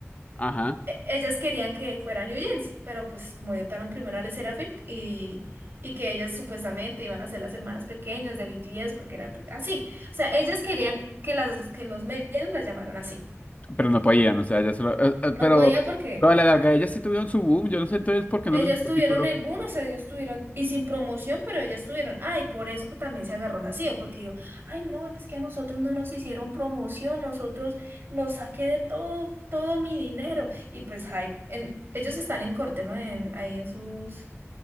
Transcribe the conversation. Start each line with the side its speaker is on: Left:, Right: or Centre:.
Left: Ajá.
Right: E- Ellas querían que fuera New Jeans, pero pues como debutaron primero a Le Sserafim y, y que ellas supuestamente iban a ser las hermanas pequeñas de BTS porque era pues, así. O sea, ellas querían que, las, que los medios las llamaran así.
Left: Pero no podían, o sea, ya solo. eh, eh,
Right: No
Left: Pero,
Right: podía porque
Left: pero a la larga ellas sí tuvieron su boom. Yo no sé entonces por qué no
Right: Ellas
Left: les gustó
Right: tuvieron
Left: el título.
Right: el boom, o sea, ellos tuvieron, y sin promoción, pero ellas tuvieron, ay, por eso también se agarró la CIA, porque yo, ay, no, es que a nosotros no nos hicieron promoción, nosotros lo saqué de todo, todo mi dinero, y pues hype, en, ellos están en corte, ¿no? En, ahí en sus,